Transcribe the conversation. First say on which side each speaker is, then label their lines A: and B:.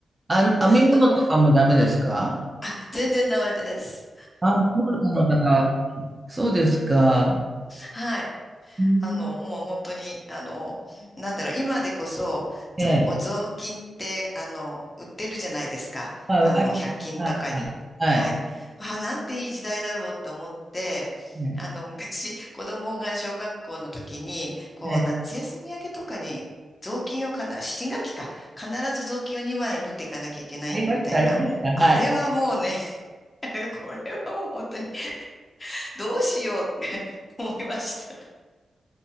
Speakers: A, on the right (about 25°); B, on the left (about 30°).
A: あ、編み物とかもダメですか
B: どの、あ、全然ダメです。
A: あ、そうなんだ。そうですか。
B: はい。
A: うん
B: あの、もう本当に、あの、なんだろう、今でこそ、
A: ええ。
B: ぞお雑巾って、あの、売ってるじゃないですか。
A: まあ、
B: あの、
A: ありました。
B: 1均とかに。
A: は
B: はい。
A: い。はい
B: あ、なんていい時代だろうって思って、
A: ええ
B: あの、昔、子供が小学校の時に、こう、
A: ええ
B: 夏休み明けとかに、雑巾をかな、新学期か、必ず雑巾を2枚縫っていかなきゃいけないみたいな。
A: ありました、ありました。はい。
B: あれはもうね <laughs> これはもう本当に、どうしようって思いました。